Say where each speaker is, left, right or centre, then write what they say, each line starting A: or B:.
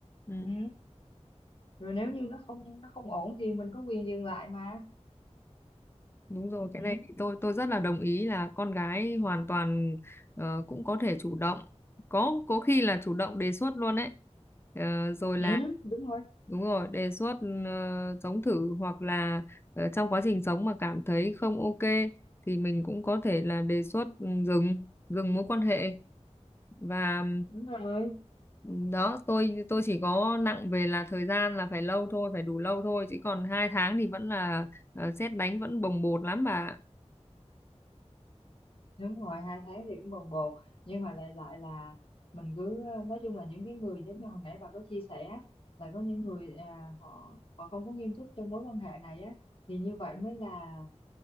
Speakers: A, on the left; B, on the left.
A: ừ.
B: ừ. rồi nếu như nó không nó không ổn thì mình có quyền dừng lại mà
A: Đúng rồi,
B: ừ,
A: cái này thì tôi tôi rất là đồng ý là con gái hoàn toàn ờ, cũng có thể chủ động. Có có khi là chủ động đề xuất luôn đấy. Ờ, rồi là
B: ừ, đúng rồi
A: đúng rồi, đề xuất ờ, sống thử hoặc là ờ, trong quá trình sống mà cảm thấy không ok thì mình cũng có thể là đề xuất ừ, dừng dừng mối quan hệ và
B: đúng rồi
A: ừ, đó, tôi tôi chỉ có nặng về là thời gian là phải lâu thôi, phải đủ lâu thôi chứ còn hai tháng thì vẫn là ờ, sét đánh vẫn bồng bột lắm bà.
B: đúng rồi hai tháng thì cũng bồng bột nhưng mà lại lại là mình cứ ờ, nói chung là những cái người giống như hồi nãy bà có chia sẻ là có những người à, họ họ không có nghiêm túc trong mối quan hệ này á thì như vậy mới là